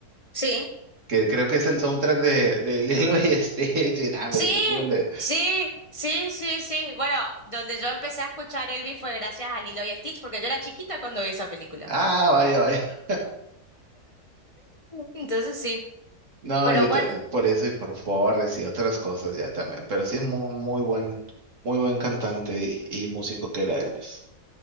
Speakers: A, on the left; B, on the right.
A: Sí.
B: que creo que es el soundtrack de, de <laughs> Lilo y Stitch. Y nada, me
A: Sí,
B: dije, súbele.
A: sí, sí, sí, sí. Bueno, donde yo empecé a escuchar Elvis fue gracias a Lilo y Stitch, porque yo era chiquita cuando vi esa película.
B: Ah, vaya, vaya.
A: Entonces sí,
B: No,
A: pero
B: yo
A: bueno,
B: ta- por eso y por Forres y otras cosas ya también, pero sí muy muy buen muy buen cantante y, y músico que era Elvis.